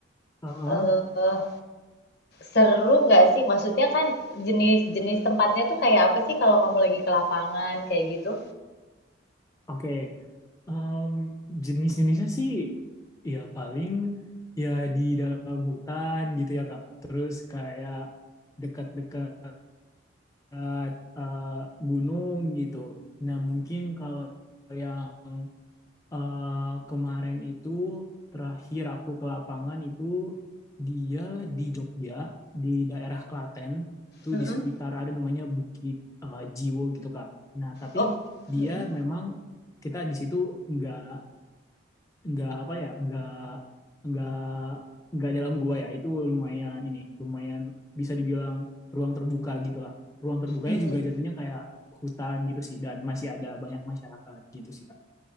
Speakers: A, on the left (about 15°); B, on the left (about 55°).
A: Heeh,
B: eh seru nggak sih? Maksudnya kan jenis-jenis tempatnya tuh kayak apa sih kalau kamu lagi ke lapangan kayak gitu?
A: Oke. Em, jenis-jenisnya sih ya paling ya di dalam hutan gitu ya Kak. Terus kayak dekat-dekat eh, eh, gunung gitu. Nah, mungkin kalau yang eh, kemarin itu terakhir aku ke lapangan itu dia di Jogja, di daerah Klaten, itu
B: Mm-mm.
A: di sekitar ada namanya Bukit eh, Jiwo gitu, Kak. Nah, tapi
B: Oh,
A: dia
B: Mm-mm.
A: memang kita di situ nggak nggak apa ya nggak nggak nggak dalam gua ya itu lumayan ini lumayan bisa dibilang ruang terbuka gitu lah ruang terbukanya
B: mm.
A: juga jatuhnya kayak hutan gitu sih dan masih ada banyak masyarakat gitu sih kak